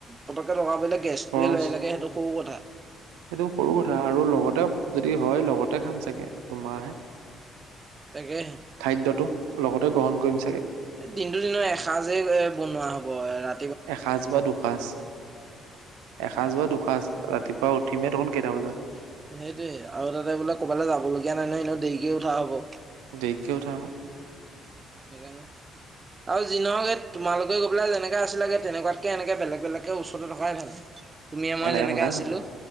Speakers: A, on the right; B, on the right.
A: পতকে লগাবলৈ গেছটোৱে
B: খৰচ
A: লৈয়ে আহিলাৰে, সেইটো সৰু কথা।
B: সেইটো সৰু কথা আৰু লগতে যদি হয় লগতে খাম চাগে দুমাহে।
A: তাকেহে
B: খাদ্যটো লগতে গ্ৰহণ কৰিম চাগে।
A: দিনতটো দিনৰ এসাঁজেই, এ বনোৱা হব এ ৰা
B: এসাঁজ বা দুসাঁজ এসাঁজ বা দুসাঁজ ৰাতিপুৱা উঠি মে দেখোন কেটা বজাত
A: সেইটোয়ে আৰু তাতে বোলে ক'বালৈ যাব লগগীয়া নাই নহয় এনে দেৰিকে উঠা হ'ব।
B: দেৰিকে উঠ হব
A: সেইকাৰনে আৰু যি নওক এই তোমালোকে গৈ পেলাই যেনেকে আছিলাগে তেনেকুৱাতকে এনেকে বেলেগ-বেলেগকে ওচৰতে থকাই ভাল। তুমি মই
B: এনেকে
A: যেনেকে
B: থকাই
A: আছিলো
B: ভাল